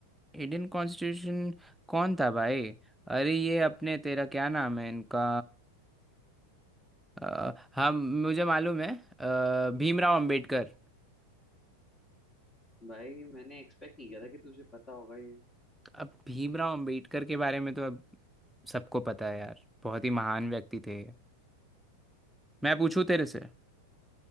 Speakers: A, in the centre; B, on the left (about 20°).
A: Indian constitution कौन था भाई अरे ये अपने तेरा क्या नाम है इनका अ, हाँ मुझे मालूम है अ, भीमराव अंबेडकर
B: भाई मैंने एक्सपेक्ट नहीं किया था कि तुझे पता होगा ये
A: अब भीमराव अंबेडकर के बारे में तो अब सबको पता है यार बहुत ही महान व्यक्ति थे ये। मैं पूछूं तेरे से